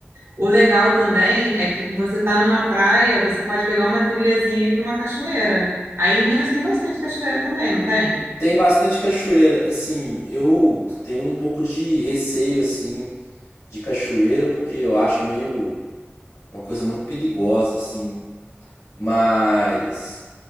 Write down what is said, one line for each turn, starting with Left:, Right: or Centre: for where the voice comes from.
Right: O legal também é que você tá numa praia, você pode pegar uma trilhazinha e ir para uma cachoeira. Aí em Minas tem bastante cachoeira também, não tem?
Left: Tem bastante cachoeira. Assim, eu tenho um pouco de receio, assim, de cachoeira, porque eu acho meio uma coisa muito perigosa, assim. Mas